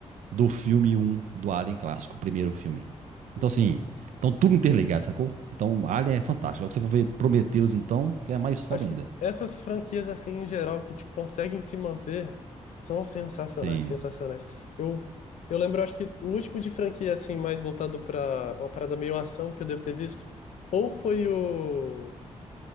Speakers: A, on the right (about 85°); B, on the left (about 75°).
A: do filme um do Alien clássico, o primeiro filme. Então,
B: Uhum.
A: assim, então tudo interligado, sacou? Então, Alien é fantástico. Logo que você for ver Prometheus, então, que é mais foda
B: Acho
A: ainda.
B: que essas franquias, assim, em geral, que, tipo, conseguem se manter, são sensacionais,
A: Sim,
B: sensacionais. Eu, eu lembro, acho que o último de franquia, assim, mais voltado para uma parada meio ação que eu devo ter visto, ou foi o,